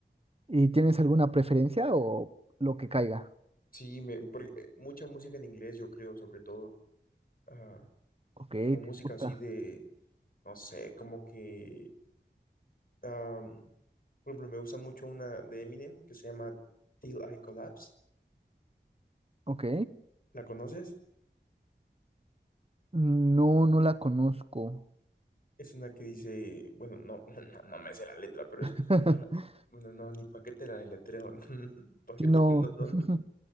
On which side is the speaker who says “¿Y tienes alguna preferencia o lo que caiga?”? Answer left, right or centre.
Right